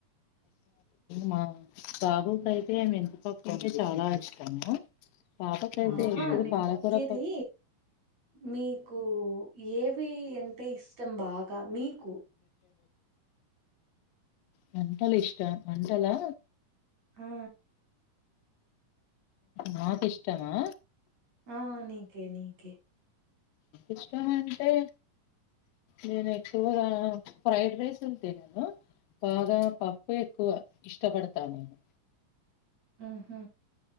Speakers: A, on the left; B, on the right.
A: మా బాబుక్ అయితే మెంతిపప్పు అంటే చాలా ఇష్టము పాపకైతే
B: ఆహా
A: ఎప్పుడు
B: నీక్
A: పాలకూర
B: నచ్చేది
A: పప్పు
B: మీకు ఏవి అంటే ఇష్టం బాగా మీకు
A: వంటలు ఇష్ట వంటలా
B: ఆ
A: నాకిష్టమా
B: ఆ నీకే నీకే
A: ఇష్టం అంటే నేను ఎక్కువగా ఫ్రైడ్ రైస్ ఎం తినను బాగా పప్పుఎ ఎక్కువ ఇష్టపడతా నేను
B: ఉహ్